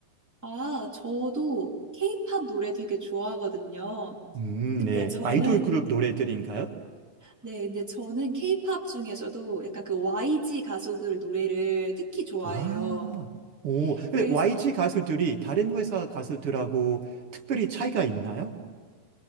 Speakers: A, in the centre; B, on the right.
A: 아, 저도 케이팝 노래 되게 좋아하거든요.
B: 음,
A: 근데
B: 네.
A: 저는,
B: 아이돌 그룹 노래들인가요?
A: 네, 근데 저는 케이팝 중에서도 약간 그 YG 가수들 노래를 특히 좋아해요.
B: 아, 오. 근데
A: 그래서,
B: YG 가수들이 다른 회사 가수들하고 특별히 차이가 있나요?